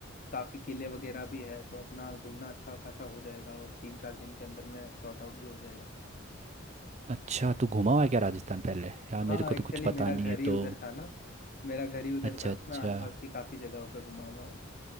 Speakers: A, on the left; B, on the right.
A: काफ़ी किले वगैरह भी है तो अपना घूमना अच्छा खासा हो जाएगा और तीन चार दिन के अंदर में सॉर्ट आउट भी हो जाएगा
B: अच्छा तू घूमा हुआ है क्या राजस्थान पहले यार
A: हाँ
B: मेरे को
A: एक्चुअली
B: तो कुछ
A: मेरा
B: पता नहीं
A: घर
B: है
A: ही
B: तो
A: उधर था ना मेरा घर ही उधर
B: अच्छा
A: था तो
B: अच्छा
A: मैं आसपास की काफ़ी जगहों पे घुमा हुआ हूँ